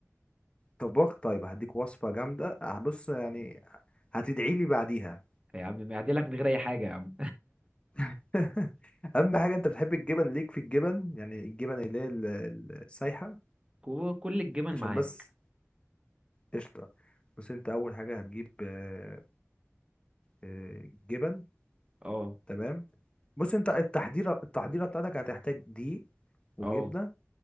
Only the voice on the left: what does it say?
طباخ طيب هديك وصفه جامده أه، بص يعني هتدعي لي بعديها
<laughs> اهم حاجه انت بتحب الجبن ليك في الجبن يعني الجبن اللي هي ال- ال- السايحه
عشان
بس قشطة بص انت اول حاجة هتجيب آه، آه، جبن
تمام بص انت التحضيرة التحضيرة بتاعتك هتحتاج دقيق وجبنة